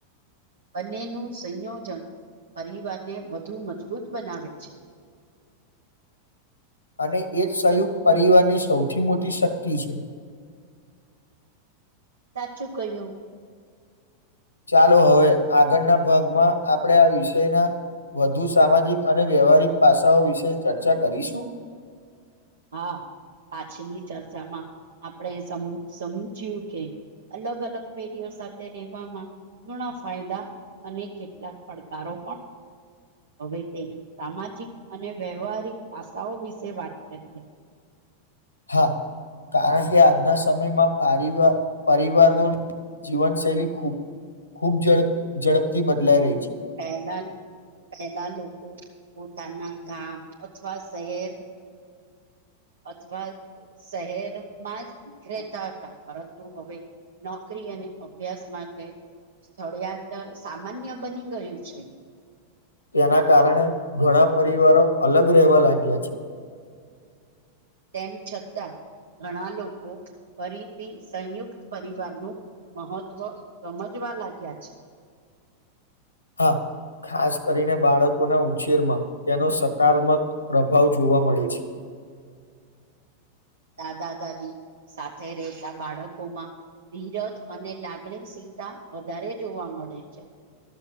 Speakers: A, on the right (about 70°); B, on the left (about 80°).
A: બંનેનું સંયોજન પરિવારને વધુ મજબૂત બનાવે છે.
B: અને એ જ સંયુક્ત પરિવારની સૌથી મોટી શક્તિ છે.
A: સાચું ક્યું
B: ચાલો હવે આગળના ભાગમાં આપણેે આ વિષયના વધુ સામાજિક અને વ્યવહારિક પાસાઓ વિશે ચર્ચા કરીશું.
A: હા પાછલી ચર્ચામાં આપણે સમ સમજ્યું કે અલગ અલગ પેઢીઓ સાથે રહેવામાં ઘૂણા ફાયદા અને કેટલાક પડકારો હવે તેની સામાજિક અને વ્યવહારિક પાસાઓ વિશે વાત અ <unintelligible>
B: હા કારણ કે આજના સમયમાં પવાર પરિવાર જીવનશૈલી ખૂબ ખૂબડપ ઝડપથી બદલાઈ રહી છે.
A: પહેલા પહેલા લોકો પોતાના ગામ અથવા શહેર અથવા શહેરમાં જ રહેતા હતા પરંતુ હવે નોકરી અને અભ્યાસ માટે. સ્થળયાંતર સામાન્ય બની ગયું છે.
B: તેના કારણે ઘણા પરિવારો અલગ રહેવા લાગ્યા છે.
A: તેમ છતાં ઘણા લોકો ફરીથી સંયુક્ત પરિવારનું મહત્વ સમજવા લાગ્યા છે.
B: હા. ખાસ કરીને બાળકોના ઉછેરમાં તેનો સકારાત્મક પ્રભાવ જોવા મળે છે.
A: દાદા દાદી સાથે રહેતા બાળકોમાં ધીરજ અને લાગણીશીલતા વધારે જોવા મળે છે.